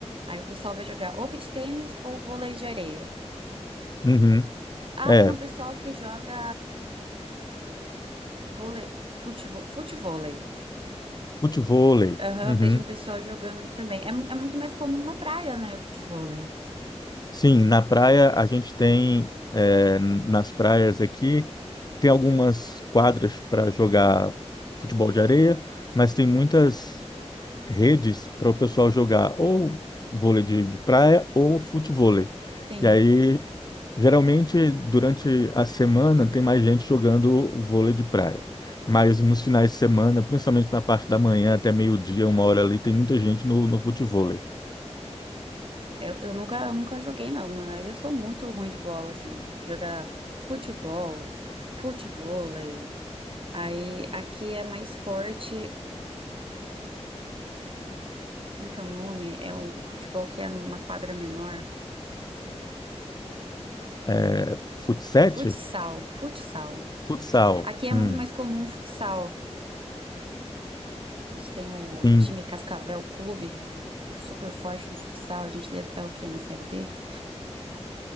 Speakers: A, on the right (about 50°); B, on the left (about 35°).
A: Aí o pessoal vai jogar ou beach tênis ou vôlei de areia.
B: Uhum.
A: Ah,
B: É,
A: tem um pessoal que joga vôlei, futevôlei. Futevôlei.
B: futevôlei.
A: Aham,
B: Uhum.
A: vejo um pessoal jogando aqui também. É, é muito mais comum na praia, né, futevôlei.
B: Sim, na praia a gente tem, é, nas praias aqui, tem algumas quadras para jogar futebol de areia, mas tem muitas redes para o pessoal jogar ou vôlei de, de praia ou futevôlei.
A: Sim.
B: E aí Geralmente, durante a semana, tem mais gente jogando vôlei de praia. Mas nos finais de semana, principalmente na parte da manhã até meio-dia, uma hora ali, tem muita gente no, no futevôlei.
A: Eu, eu nunca, eu nunca joguei, não. Na verdade, eu sou muito ruim de bola, assim. Jogar futebol, futevôlei. Aí aqui é mais forte Como que é o nome? É o futebol que é numa quadra menor.
B: É, futsete?
A: Futsal, futsal.
B: Futsal.
A: Aqui é
B: Hum,
A: muito mais comum o futsal. A gente tem o
B: sim.
A: time Cascavel Clube, super forte no futsal. A gente deve estar o quê? Na série D?